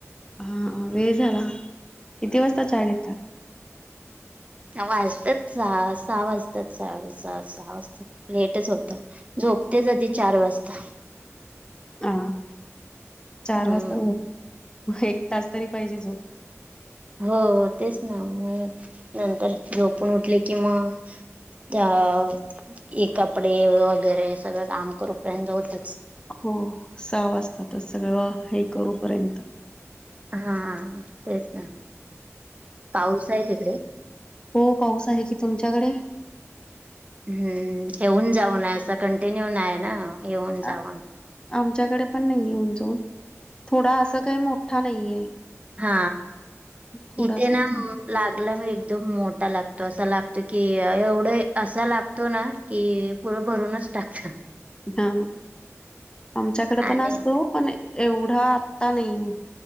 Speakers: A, on the left; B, on the right.
A: हा वेळ झाला किती वाजता चहा घेता?
B: वाजतात सहा सहा वाजतात साडे सहा. सहा वाजता लेटच होत झोपतेच कधी चार वाजता.
A: अ चार
B: हम्म
A: वाजता एक तास तरी पाहिजे झोप.
B: हो हो तेच ना म नंतर झोपून उठले कि मग अ हे कपडे वगैरे सगळं काम करूपर्यंत होत.
A: हो सहा वाजतातच सगळं हे करूपर्यंत
B: हा तेच ना पाऊस आहे तिकडे
A: हो पाऊस आहे कि तुमच्याकडे
B: हम्म येऊन जाऊनय असं कंटिन्यू नाही ना येऊन जाऊन.
A: आ- आमच्याकडे पण नाहीे उं जान थोडा असं काही मोठा नाहीये.
B: हा
A: थोडासाच
B: इ ना.
A: आहे.
B: लागला मी एकदम मोठा लागतो असा लागतो की एवढं असा लागत. तो ना की पुरं भरूनच टाकश
A: हा आमच्याकडे पण
B: आणि
A: असतो. पण एवढा आत्ता नाही